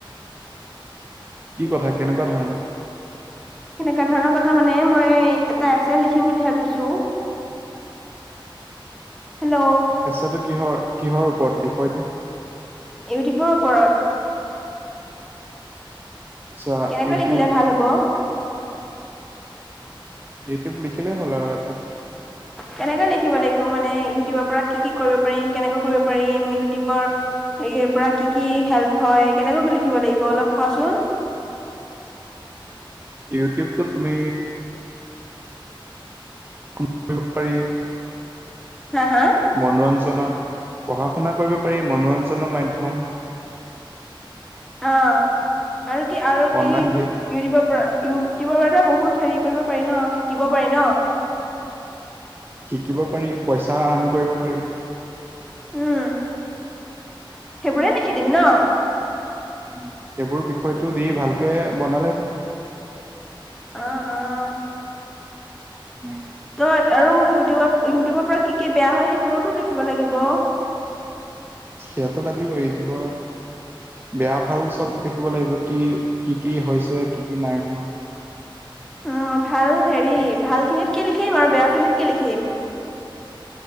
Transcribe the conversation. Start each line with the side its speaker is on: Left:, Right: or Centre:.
Right: কি কথা কেনেকুৱা ধৰণৰ?
Centre: কেনেকুৱা ধৰণৰ কথা মানে মই এটা এছে লিখিম বুলি ভাবিছো। হেল্ল।
Right: এছেটো কিহৰ কিহৰ ওপৰত বিষয়টো?
Centre: ইউটিউবৰ ওপৰত।
Right: আচ্ছা
Centre: কেনেকে
Right: ইউটিউব
Centre: লিখিলে ভাল হব?
Right: ইউটিউব লিখিলেই হ'ল আৰু এটা।
Centre: কেনেকৈ লিখিব লাগিব মানে ইউটিউবৰ পৰা কি কি কৰিব পাৰিম, কেনেকৈ কৰিব পাৰিম ইউটিউবৰ এইয়াৰ পৰা কি কি হেল্প হয়, কেনেকৈ কি লিখিব লাগিব অলপ কোৱাচোন।
Right: ইউটিউবটো তুমি <unintelligible> পাৰি
Centre: হা? হা?
Right: মনোৰঞ্জনৰ পঢ়া শুনা কৰিব পাৰি মনোৰঞ্জনৰ মাধ্যম।
Centre: অ' আৰু কি, আৰু
Right: অনলাইন
Centre: কি ইউটিউবৰ
Right: ভি
Centre: পৰা, ইউটিউবৰ পৰা বহুত কৰিব পাৰি ন শিকিব পাৰি।
Right: শিকিব পাৰি পইচা আৰ্ন কৰিব পাৰি।
Centre: উম, সেইবোৰে লিখি দিম ন।
Right: উম, সেইবোৰ বিষয়টো দি ভালকে বনালে হ'ল।
Centre: অ'অ'
Right: উম,
Centre: তই আৰু ইউটিউবৰ, ইউটিউবৰ পৰা কি, কি বেয়া হয় সেইবোৰতো লিখিব লাগিব।
Right: সোতটো লাগিবই ইউটিউবৰ বেয়া ভাল চব দেখিব লাগিব কি, কি, কি হৈছে কি, কি নাই হোৱা।
Centre: অ' ভাল হেৰি ভাল খিনিত কি লিখিম আৰু বেয়া খিনিত কি লিখিম।